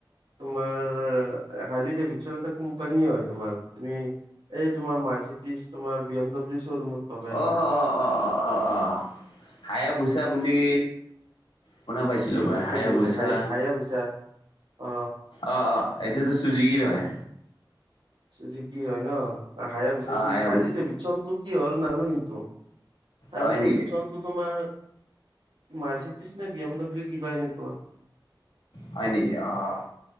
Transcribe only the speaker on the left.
অ অ অ অ অ অ হায়ে ভুছা বুলি শুনা পাইছিলোঁ
মই হাই
অ'
বুছা
অ' অ'। এইটোতো চুজোকিৰ ৰয়
অ
হায়া
বুচা
হয় নেকি
হয় নেকি অহ